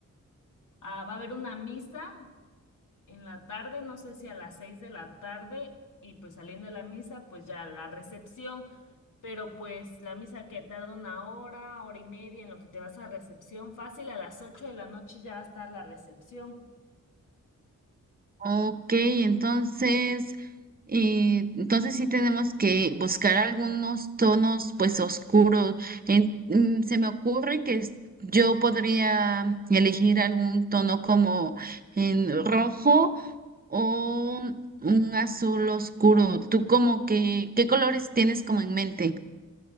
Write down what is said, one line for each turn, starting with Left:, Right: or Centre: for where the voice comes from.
Left: ah, va a haber una misa en la tarde, no sé si a las seis de la tarde, y pues saliendo de la misa, pues ya la recepción, pero pues la misa que tarda una hora, hora y media en lo que te vas a recepción, fácil a las ocho de la noche ya va a estar la recepción.
Right: Ok, entonces, eh, entonces sí tenemos que buscar algunos tonos pues oscuros. En- mm, se me ocurre que es- yo podría elegir algún tono como en rojo o un azul oscuro. ¿Tú como que qué colores tienes como en mente?